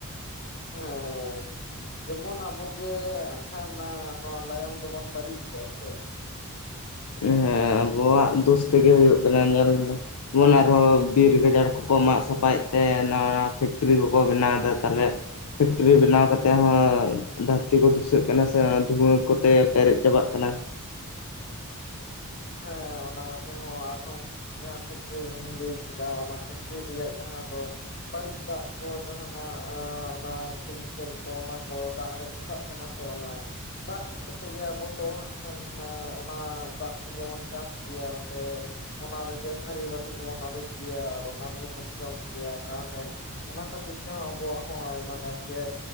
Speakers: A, on the left; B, on the left.
A: <unintelligible> ᱡᱮᱢᱚᱱ ᱟᱵᱚ ᱜᱮ ᱟᱸᱠᱷᱟᱱᱟ ᱱᱚᱣᱟ ᱞᱟᱭᱚᱝ ᱫᱚ ᱵᱚᱱ ᱵᱟᱹᱲᱤᱡ ᱜᱮᱭᱟ ᱥᱮᱼᱼ
B: ᱦᱮᱸ ᱟᱵᱚᱣᱟᱜ ᱫᱚᱥ ᱛᱮ ᱜᱮ ᱦᱩᱭᱩᱜ ᱠᱟᱱᱟ ᱧᱮᱞ ᱫᱚᱼᱼ ᱡᱮᱢᱚᱱ ᱟᱨ ᱦᱚᱸ ᱵᱤᱨ ᱜᱟᱡᱟᱲ ᱠᱚ ᱠᱚ ᱢᱟᱜ ᱥᱟᱯᱷᱟᱭ ᱮᱫ ᱛᱮ ᱱᱟᱣᱟ ᱯᱷᱮᱠᱴᱨᱤ ᱠᱚ ᱠᱚ ᱵᱮᱱᱟᱣ ᱮᱫᱟ ᱛᱟᱦᱞᱮᱼᱼ ᱯᱷᱮᱠᱴᱨᱤ ᱵᱮᱱᱟᱣ ᱠᱟᱛᱮ ᱦᱚᱸ ᱫᱷᱟᱹᱨᱛᱤ ᱠᱚ ᱫᱷᱩᱥᱟᱹᱜ ᱠᱟᱱᱟ ᱥᱮ ᱫᱷᱩᱶᱟᱹ ᱠᱚ ᱛᱮ ᱯᱮᱨᱮᱡ ᱪᱟᱵᱟᱜ ᱠᱟᱱᱟ
A: ᱦᱮᱸ ᱚᱱᱟ ᱛᱮ ᱦᱚᱸ ᱟᱨ ᱦᱚᱸᱼᱼ ᱡᱟᱦᱟᱸ ᱯᱷᱮᱠᱴᱨᱤᱢ ᱞᱟᱹᱭ ᱠᱮᱫᱟ ᱚᱱᱟ ᱯᱷᱮᱠᱴᱨᱤ ᱨᱮᱭᱟᱜ ᱡᱟᱦᱟᱸ ᱫᱚᱼᱼ ᱵᱟᱹᱲᱤᱡ ᱫᱟᱜ ᱠᱚ ᱡᱟᱦᱟᱱᱟᱜ ᱚᱱᱟ ᱠᱮᱢᱤᱠᱮᱞ ᱠᱚ ᱚᱱᱟ ᱠᱚ ᱫᱟᱜ ᱨᱮ ᱢᱮᱥᱟᱜ ᱠᱟᱱᱟ ᱥᱮ ᱚᱱᱟ ᱫᱟᱜ ᱠᱚᱛᱮ ᱜᱮ ᱟᱵᱚ ᱛᱚ ᱦᱟᱸᱜ ᱠᱷᱟᱱ ᱚᱱᱟ ᱫᱟᱜᱼᱼ ᱡᱮᱢᱚᱱ ᱪᱟᱥ ᱜᱮᱭᱟᱹ ᱥᱮᱼᱼ ᱚᱱᱟ ᱨᱮ ᱜᱮ ᱛᱷᱟᱹᱨᱤ ᱵᱟᱹᱴᱤ ᱠᱚ ᱵᱚᱱ ᱟᱹᱨᱩᱵ ᱠᱮᱭᱟ ᱟᱨ ᱚᱱᱟ ᱨᱮ ᱜᱮ ᱵᱚᱱ ᱡᱚᱢ ᱠᱮᱭᱟ ᱛᱟᱦᱞᱮᱼᱼ ᱚᱱᱟ ᱠᱷᱟᱹᱛᱤᱨ ᱛᱮ ᱦᱚᱸ ᱟᱵᱚᱣᱟᱜ ᱦᱚᱸ ᱟᱭᱢᱟ ᱜᱟᱱ ᱜᱮ